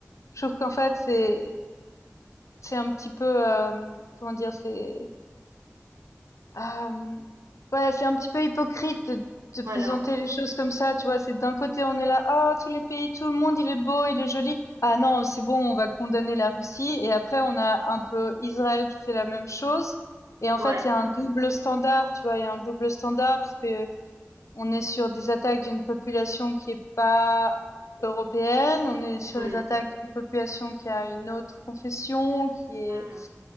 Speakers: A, on the left (about 80°); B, on the right (about 75°).
A: je trouve qu'en fait c'est c'est un petit peu euh, comment dire c'est Hem, ouais, c'est un petit peu hypocrite de de présenter
B: Voilà.
A: les choses comme ça, tu vois? C'est d'un côté, on est là: «Ah, tous les pays, tout le monde, il est beau, il est joli. Ah non, c'est bon, on va condamner la Russie» et après on a un peu Israël qui fait la même chose et en
B: Ouais.
A: fait, il y a un double standard, tu vois? Il y a un double standard parce que on est sur des attaques d'une population qui est pas européenne, on est sur
B: Mm.
A: les attaques d'une population qui a une autre confession, qui est
B: Mm.